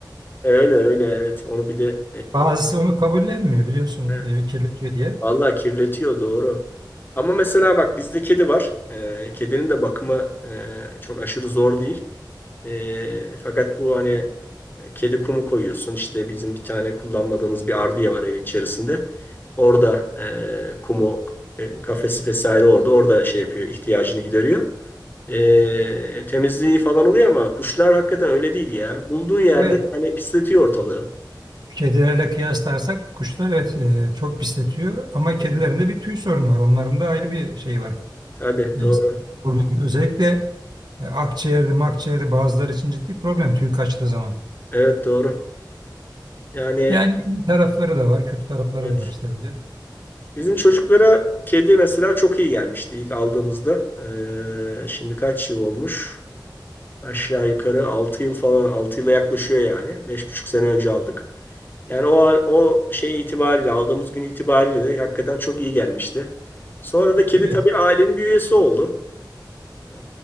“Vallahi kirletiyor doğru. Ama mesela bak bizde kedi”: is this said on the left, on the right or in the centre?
Left